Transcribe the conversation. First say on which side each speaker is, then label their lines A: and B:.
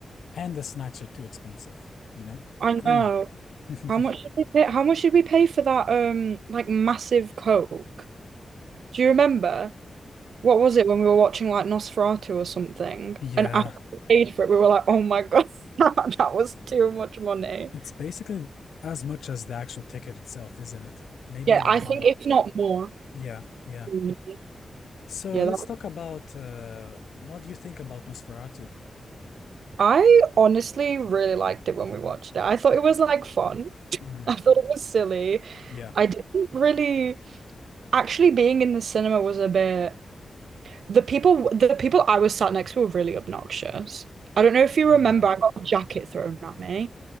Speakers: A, on the left (about 85°); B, on the right (about 85°).
A: And the snacks are too expensive, you know?
B: I know.
A: <clears throat>
B: How much did we pay? How much did we pay for that um like massive Coke? Do you remember what was it when we were watching like Nosferatu or something?
A: Yeah.
B: And after we paid for it, we were like, oh my God, <laughs> that that was too much money.
A: It's basically as much as the actual ticket itself, isn't it? Maybe
B: Yeah,
A: even
B: I
A: more.
B: think if not more. <laughs>
A: Yeah, yeah.
B: Mm.
A: So
B: Yeah,
A: let's
B: that,
A: talk about uh, what do you think about Nosferatu?
B: I honestly really liked it when we watched it. I thought it was like fun. <laughs>
A: Mm.
B: I thought it was silly.
A: Yeah,
B: I didn't really actually being in the cinema was a bit the people the people I was sat next to were really obnoxious. I don't know if you
A: yeah.
B: remember, I got a jacket thrown at me.